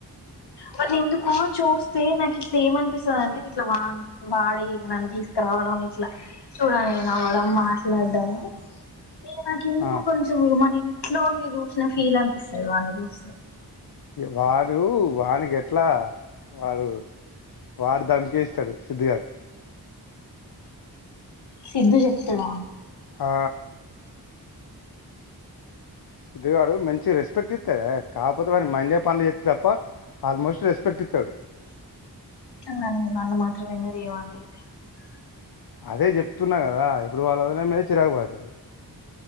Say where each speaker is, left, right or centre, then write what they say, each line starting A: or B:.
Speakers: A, on the left; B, on the left.
A: మరి ఎందుకు చూస్తే నాకు ఇట్లా ఏమనిపిస్తుంది అంటే ఇట్లా వ మ వాడే నన్ను తీసుకురావడం ఇట్లా చూడగానె నవ్వడం వా మాట్లాడటము ఏ నాకు ఎందుకో
B: ఆ
A: కొంచెం ఇమ్మని ఇంట్లో వాళ్లని చూసిన ఫీల్ అనిపిస్తుది వాడిని చూస్తే
B: వాడు వానికి ఎట్లా వాడు వాడు దంకీ ఇస్తాడు సిద్దుగాడు
A: సిద్ధూ చెప్తాడా
B: ఆ సిద్ధూ గాడు మంచి రెస్పెక్ట్ ఇస్తాడు కాకపోతే వానికి మండే పనులు చేస్తే తప్ప ఆల్మోస్ట్ రెస్పెక్ట్ ఇస్తాడు
A: నన్ను <unintelligible>
B: అదే చెప్తున్నా కదా ఇప్పుడు వాళ్ళ వదిన మీద చిరాకు పడతాడు